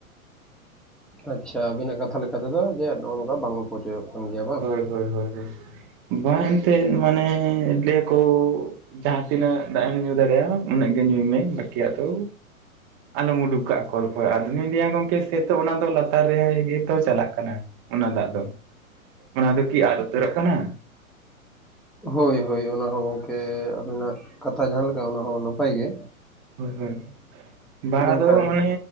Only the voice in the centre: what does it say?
ᱟᱪᱪᱷᱟ ᱟᱵᱤᱱᱟᱜ ᱠᱟᱛᱷᱟ ᱞᱮᱠᱟᱛᱮ ᱫᱚ ᱡᱮ ᱚᱱᱼᱚᱱᱠᱟ ᱵᱟᱝ ᱚᱯᱚᱪᱚ ᱪᱚᱭᱚᱜ ᱠᱟᱱ ᱜᱮᱭᱟ᱾ ᱵᱟᱝ?
ᱦᱳᱭ ᱦᱳᱭ, ᱚᱱᱟ ᱦᱚ ᱜᱚᱝᱠᱮ ᱟᱹᱵᱤᱱᱟᱜ ᱠᱟᱛᱷᱟ ᱡᱟᱦᱟᱸ ᱞᱮᱠᱟ ᱚᱱᱟ ᱦᱚᱸ ᱱᱟᱯᱟᱭ ᱜᱮ᱾
ᱢᱮᱱᱠᱷᱟᱱ